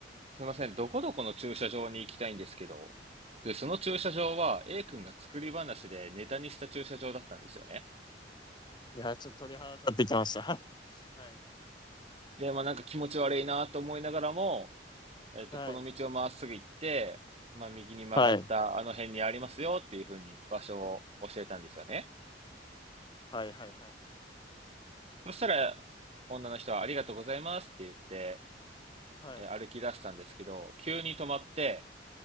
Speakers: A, on the right; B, on the left.
A: すいません、どこどこの駐車場に行きたいんですけど。で、その駐車場は A 君が作り話でネタにした駐車場だったんですよね。
B: いや、ちょっと鳥肌立ってきました。<laughs> はい。
A: で、まあ、なんか気持ち悪いなと思いながらも、えっと、
B: はい。
A: この道をまっすぐ行って、まあ、右に曲がったあの辺にありますよっていうふうに場所を教えたんですよね。
B: はい。はいはいはい。
A: そしたら、女の人はありがとうございますって言って、
B: はい。
A: えー歩き出したんですけど、急に止まって、